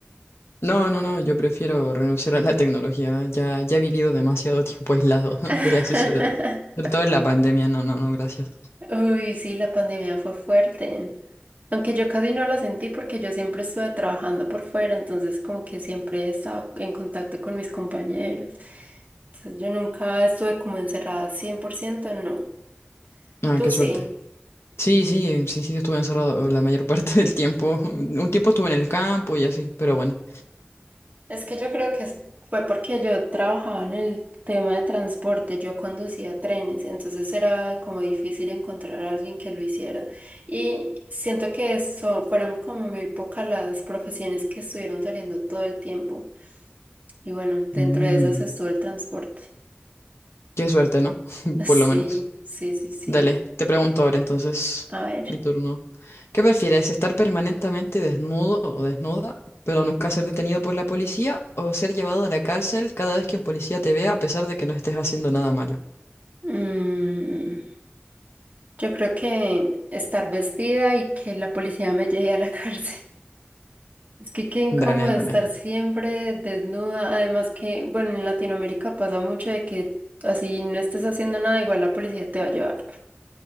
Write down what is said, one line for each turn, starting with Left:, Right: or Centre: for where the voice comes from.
Left: No, no, no, yo prefiero renunciar a la tecnología, ya, ya he vivido demasiado tiempo aislado <laughs>
Right: <laughs>
Left: de la sociedad, sobre todo en la pandemia, no, no, no, gracias.
Right: Uy, sí, la pandemia fue fuerte. Aunque yo casi no la sentí porque yo siempre estuve trabajando por fuera, entonces como que siempre estaba en contacto con mis compañeros. Entonces yo nunca estuve como encerrada 100%. no.
Left: Ah,
Right: ¿Tú
Left: qué
Right: sí?
Left: suerte. Sí, sí, eh, sí, sí, estuve encerrado la mayor <laughs> parte del tiempo. <laughs> Un tiempo estuve en el campo y así, pero bueno.
Right: Es que yo creo que es- fue porque yo trabajaba en el tema de transporte, yo conducía trenes, entonces era como difícil encontrar a alguien que lo hiciera. Y siento que eso fueron como muy pocas las profesiones que estuvieron saliendo todo el tiempo. Y bueno, dentro
Left: Mm,
Right: de esas estuvo el transporte.
Left: qué suerte, ¿no? <laughs>
Right: <laughs> Sí,
Left: Por lo menos.
Right: sí, sí, sí.
Left: Dale, te pregunto ahora entonces,
Right: A ver.
Left: mi turno. ¿Qué prefieres, estar permanentemente desnudo o desnuda, pero nunca ser detenido por la policía, o ser llevado a la cárcel cada vez que un policía te vea a pesar de que no estés haciendo nada malo?
Right: mm, yo creo que estar vestida y que la policía me lleve a la <laughs> cárcel. Es que qué incómodo
Left: Dale,
Right: estar
Left: dale.
Right: siempre desnuda. Además que, bueno, en Latinoamérica pasa mucho de que así no estés haciendo nada, igual la policía te va a llevar.